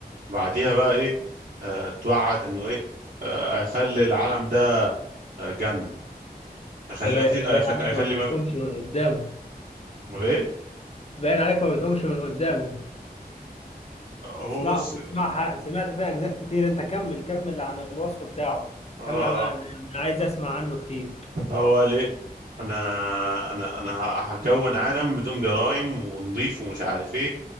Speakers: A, on the right (about 55°); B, on the left (about 40°).
A: بعديها بقى ايه آه، توعد انه ايه آه، هيخلي العالم ده آه، جنة
B: انت
A: اخلي
B: باين
A: ما في أخ-
B: باين عليك
A: اخلي
B: ما
A: ما
B: بتقومش من قدامه
A: امال ايه
B: باين عليك ما بتقومش من قدامه
A: هو
B: اسمع
A: بص
B: اسمعها سمعت فيها اجزاء كتير انت كمل كمل عن الوصف بتاعه
A: اه
B: كمل عن انا
A: اه
B: أنا عايز اسمع عنه كتير
A: فهو ليه انا انا انا ه- هكون عالم بدون جرائم ونضيف ومش عارف ايه